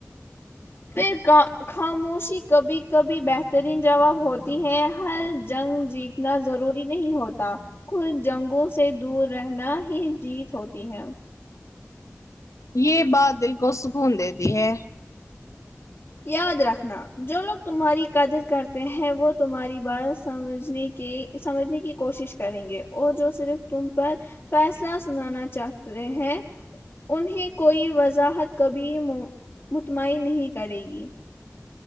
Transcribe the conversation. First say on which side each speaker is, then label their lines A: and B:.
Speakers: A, on the left (about 45°); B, on the left (about 80°).
A: پھر خاموشی کبھی کبھی بہترین جواب ہوتی ہے ہر جنگ جیتنا ضروری نہیں ہوتا کچھ جنگوں سے دور رہنا ہی جیت ہوتی ہے
B: یہ بات دل کو سکون دیتی ہے
A: یاد رکھنا جو لوگ تمہاری قدر کرتے ہیں وہ تمہاری بات سمجھنے کے سمجھنے کی کوشش کریں گے اور جو صرف تم پر فیصلہ سنانا چاہتے ہیں انہیں کوئی وضاحت کبھی مطمئین نہیں کرے گی